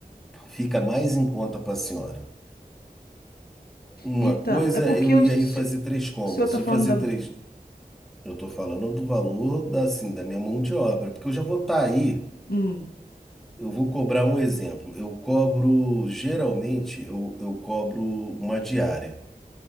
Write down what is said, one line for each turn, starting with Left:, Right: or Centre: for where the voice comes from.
Centre: fica mais em conta para a senhora. Uma
Left: Então,
Centre: coisa,
Left: é porque
Centre: eu
Left: o
Centre: ia
Left: se-
Centre: aí fazer três cômodos,
Left: o senhor tá
Centre: eu
Left: falando
Centre: fazer três.
Left: da.
Centre: Eu estou falando do valor da, assim, da minha mão de obra, porque eu já vou estar aí.
Left: Hum.
Centre: Eu vou cobrar um exemplo. Eu cobro, geralmente, eu, eu cobro uma diária.